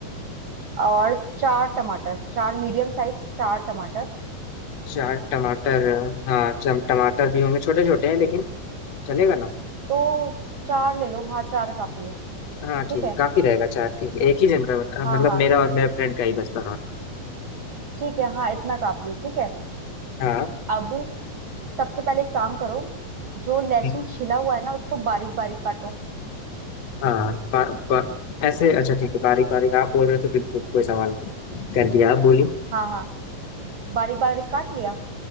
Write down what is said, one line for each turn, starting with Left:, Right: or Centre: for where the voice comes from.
Right: और चार टमाटर चार मीडियम साइज चार टमाटर
Left: चार टमाटर हाँ चम टमाटर भी होंगे छोटे छोटे हैं लेकिन चलेगा ना
Right: तो चार ले लो हाँ चार काफी है
Left: हाँ
Right: ठीक
Left: ठीक है
Right: है
Left: काफी रहेगा चार ठीक है एक ही जन का बना-
Right: हाँ
Left: मतलब
Right: हाँ
Left: मेरा और मेरे फ्रेंड का ही बस बना
Right: ठीक है हाँ इतना काफी है ठीक है
Left: हाँ
Right: अब सबसे पहले एक काम करो जो लहसुन
Left: ठीक
Right: छिला हुआ है ना उसको बारीक बारीक काटो
Left: हाँ बा, बा, ऐसे अच्छा ठीक है बारीक बारीक आप बोल रहे थे बिल्कुल कोई सवाल नहीं कर दिया आप बोली
Right: हाँ हाँ बारीक बारीक काट लिया